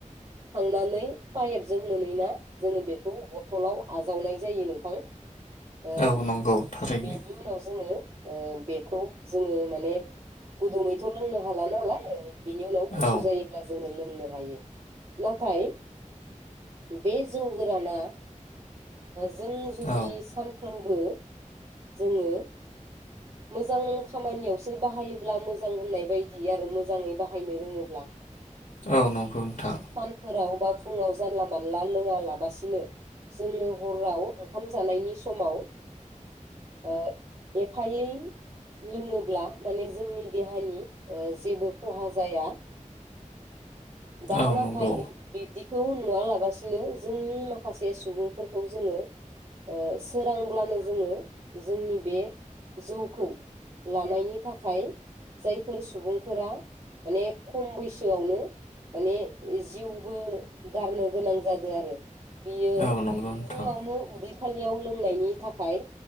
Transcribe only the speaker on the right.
थांनानै पाइपजों मोनै ना जोङो बेखौ बथलाव आजावनाय जायो नोंथां ओ
बेनि उनाव जोङो ओ बेखौ जोङो माने गुदुङैथ लोंनो हाला नालाय बिनि उनाव गुसु
जायोब्ला जोङो बुंनो हायो नाथाय बे जौ गोराना जों जुदि
सानफ्रोम बो जोङो मोजां खामानियावसो बाहायोब्ला मोजां होननाय बायदि आरो मोजाङै बाहायनो रोङोब्ला
फोराव बा फुङाव जानला मानला लोङालाबसिनो जोङो हराव ओंखाम जानायनि समाव ओ एफायै लोङोब्ला माने जोंनि देहानि ओ जेबो खहा जाया। दा
नाथ
थाय बिब्दिखौ नु नुवा लागासिनो जोंनि माखासे सुबुंफोरखौ जोङो ओ सोरांब्लानो जोङो जोंनि बे जौखौ लानायनि थाखाय जायफोर सुबुंफोरा माने खम बैसोआवनो माने जिउबो गारनो गोनां जाद आरो बियो
फुङावनो उदै खालियाव लोंनायनि थाखाय